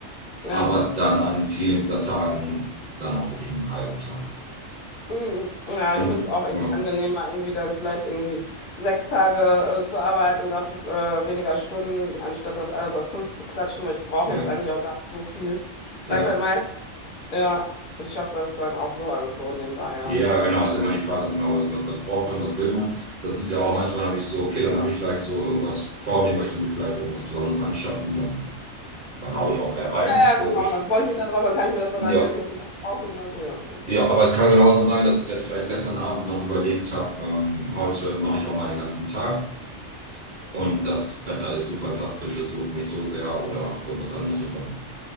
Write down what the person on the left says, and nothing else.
ja.
Mhm. Ja,
ich finde es auch irgendwie
angenehmer, irgendwie dann vielleicht irgendwie sechs Tage äh, zu arbeiten, dafür äh, weniger Stunden, anstatt das alles auf fünf zu klatschen, weil ich brauche
jetzt eigentlich auch gar nicht so viel Freizeit
meist. Ja, ich schaffe das dann auch so alles so nebenbei, ja.
Ja, ja, genau.
Und dann freue ich mich darauf, dann kann ich mir das dann
halt in der nächsten Woche kaufen oder so, ja.